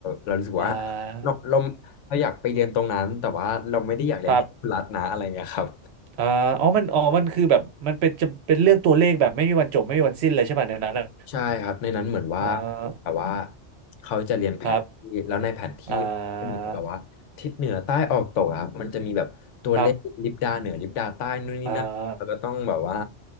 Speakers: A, on the left; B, on the right.
A: เรารู้สึกว่า
B: อ่า
A: เราเราเราอยากไปเรียนตรงนั้นแต่ว่าเราไม่ได้อยากเรียนแค่รัฐนะอะไรเงี้ยครับ
B: ครับ อ่าอ๋อมันอ๋อมันคือแบบมันเป็นจะเป็นเรื่องตัวเลขแบบไม่มีวันจบไม่มีวันสิ้นเลยใช่ป่ะในนั้นอะ
A: ใช่ครับในนั้นเหมือนว่า
B: อ่า
A: แบบว่าเขาจะเรียนแผนที่แล้วในแผนที่ก็มีแบบว่าทิศเหนือใต้ออกตกอะครับมันจะมีแบบตัวเลขลิบดาเหนือลิบดาใต้นู่นนี่นั่นแล้วก็ต้องแบบว่า
B: ครับอ่าครับอ่า